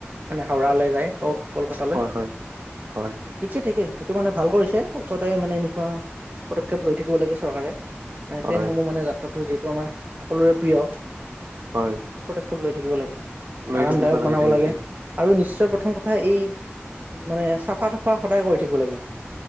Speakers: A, on the right; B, on the right.
A: মানে হাওৰা লৈ যায় ও কলকাতালৈ
B: হয় হয় হয়
A: ঠিকে ঠিকে সেইটো মানে ভাল কৰিছে ওচৰতে মানে এনেকুৱা পদক্ষেপ লৈ থাকিব লাগে চৰকাৰে
B: হয়
A: ট্ৰেইন সমূহ মানে যাত্ৰাটো যিটো আমাৰ সকলোৰে প্ৰিয়
B: হয়
A: পদক্ষেপ লৈ থাকিব লাগে
B: লৈ
A: আৰামদায়ক
B: থাকিব
A: বনাব
B: তেনেকে
A: লাগে। আৰু নিশ্চয় প্ৰথম কথা এই মানে চাফা তাফা সদায় কৰি থাকিব লাগে কিন্তু